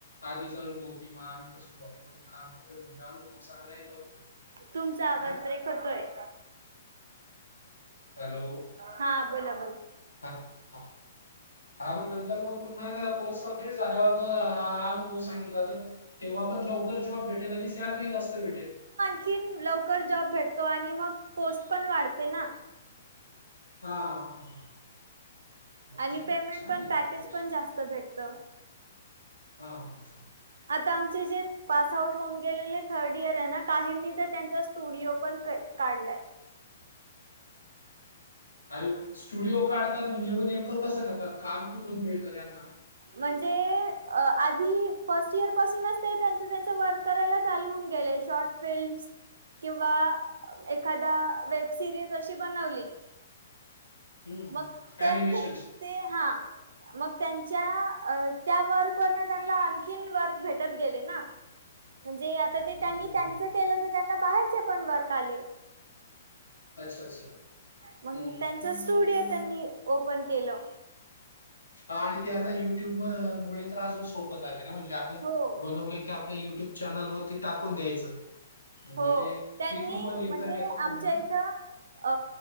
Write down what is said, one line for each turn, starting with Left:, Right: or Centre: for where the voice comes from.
Left: आधीचा अनुभव कि म आम्ही कसो ब बसून काम करतोय म्हणजे अनुभव सांगायला होतोय.
Right: तुमचा आवाज
Left: है ना.
Right: ब्रेक होतोय.
Left: हॅलो.
Right: हा बोला बोला.
Left: हा. हा. हा मग नंतर मग पुन्हा कोर्स कमप्लीट झाल्यावर हा अनुभव सांगितला तर तेव्हा पण लवकर जॉब भेटेल आणि सॅलरी जास्त भेटेल.
Right: आण लवकर जॉब भेटतो आणि मग पोस्ट पण वाढते ना
Left: हा हा हा हा फार
Right: आणि पेमेंट
Left: छान
Right: पण
Left: आहे
Right: पॅकेज
Left: कोर्स
Right: पण जास्त भेटत.
Left: हा हा ह
Right: आता आमचे जे पास आउट होऊन गेलेले थर्ड इयर आहे ना काहींनी तर त्यांचा स्टुडिओ पण काढलाय.
Left: अर स्टुडिओ काढतात म्हणजे व नेमकं कसं करतात काम कुठून मिळतं यांना
Right: म्हणजे आधी फर्स्ट इयर पासूनच ते त्यांच त्यांच वर्क करायला चालू होऊन गेले शॉर्ट फिल्म्स किंवा एखादा वेब सिरीज अशी बनवली.
Left: हम्म
Right: मग त्यांच
Left: अॅनिमेशनचे
Right: ते हा मग त्यां त्या वर्क वन त्यांना आणखीन वर्क भेटत गेले ना, म्हणजे आता
Left: हम्म
Right: ते त्यांनी
Left: हम्म, हम्म.
Right: त्यांच केलं तर त्यांना बाहेरचे पण वर्क आले.
Left: अच्छा अच्छा
Right: मग
Left: हम् ह्
Right: त्यांच स्टुडिओ त्यांनी ओपन केलं.
Left: ह आणि ते आता युट्यूब मुळ त्रास सोपं झालेय ना म्हणजे आपलं
Right: हो
Left: बनवलं की. आपल्या युट्यूब चॅनलवरती टाकून द्यायचं. म्हणजे
Right: हो
Left: ते
Right: त्यांनी
Left: तिथून पण इन्कम
Right: म्हणजे
Left: येतं पुन्हा
Right: आमच्या
Left: ना
Right: इथं अ